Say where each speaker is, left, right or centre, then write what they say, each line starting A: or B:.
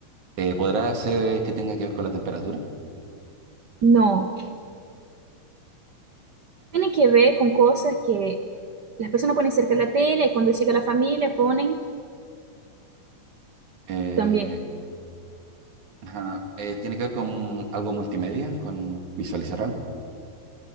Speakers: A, on the right (about 85°); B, on the right (about 65°).
A: Eh, ¿podrá ser que tenga que ver con la temperatura?
B: No, tiene que ver con cosas que las personas ponen cerca de la tele y cuando llega la familia ponen
A: Eh,
B: también.
A: ajá, eh, ¿tiene que ver con un- algo multimedia? ¿Con visualizar algo?